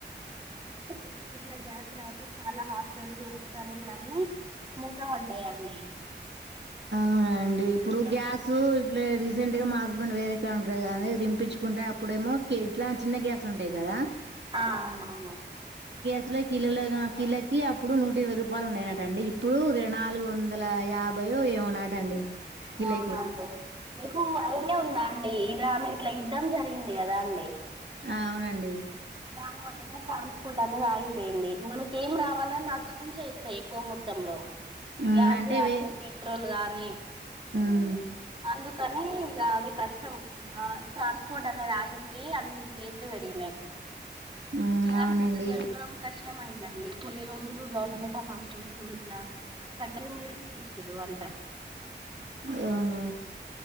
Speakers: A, on the right; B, on the right.
A: టే ఇట్లా గ్యాస్ రాకు చాలా హాస్టల్స్ రెస్టారెంట్లు అన్నీ ముఖ వంట అన్న
B: అవున అండి ఇప్పుడు గ్యాస్ ఇప్పుడు రీసెంట్ గా మా హస్బెండ్ వేరేక ఉంటారు కాదని రింపించుకుంటే అప్పుడే ఏమో ఇట్లా చిన్న గ్యాస్ ఉంటాయి కదా
A: ఆ అవునవును
B: కిల కిలోకి అప్పుడు నూట ఇరవై రూపాయలు ఉన్నాయినటండి ఇ ఇప్పుడు ర నాలుగు వందల యాభై ఏమోనాట అండి ఇలా
A: అవునండి మీకు ఐడియా ఉందా అండి ఇలా ఇట్లా యుద్ధం జరిగింది కదా అండి
B: ఆ అవునండి
A: దాని వల్లనే ట్రాన్స్పోర్ట్ అనేది ఆగిపోయింది మనకి ఏం రావాలని అక్కడ నుంచే వస్తాయి ఎక్కువ మొత్తంలో
B: ఉమ్,
A: గ్యాస్
B: అంటే
A: కాగానీ
B: వే
A: పెట్రోల్ గానీ
B: అ
A: అందుకని ఇక అవి కష్టం ట్రాన్స్పోర్ట్ అనేది ఆగిపోయి అన్నిటి రేట్లు పెడి
B: ఉమ్,
A: గ్యాస్
B: అవునండి
A: ఇప్పుడు దొరకడం కష్టమైంది కొన్ని రోజులు గవర్నమెంట్ హాస్టల్స్ లో ఇట్లా కట్టల మీదనే చేసారు వంట
B: అవున